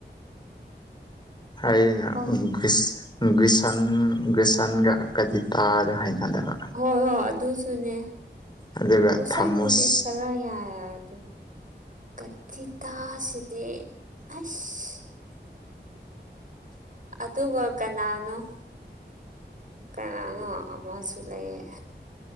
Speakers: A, on the left; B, on the right.
A: ꯑꯩꯅ
B: ꯑꯣ
A: ꯎꯝ ꯒꯨꯁ ꯒꯨꯏꯁꯟ ꯒꯨꯁꯟꯒ ꯀꯗꯤꯇꯥꯗꯣ ꯍꯩꯅꯗꯕ꯫
B: ꯍꯣꯏ ꯍꯣꯏ ꯑꯗꯨꯁꯨꯅꯦ
A: ꯑꯗꯨꯒ
B: ꯒꯨꯁꯟꯕꯨꯗꯤ
A: ꯊꯥꯃꯨꯁ
B: ꯈꯔ ꯌꯥꯏ ꯑꯗꯣ꯫ ꯀꯗꯤꯇꯥꯁꯤꯗꯤ ꯑꯁ꯫ ꯑꯗꯨꯒ ꯀꯅꯥꯅꯣ꯫ ꯀꯅꯥꯅꯣ ꯑꯃꯁꯨ ꯂꯩꯌꯦ꯫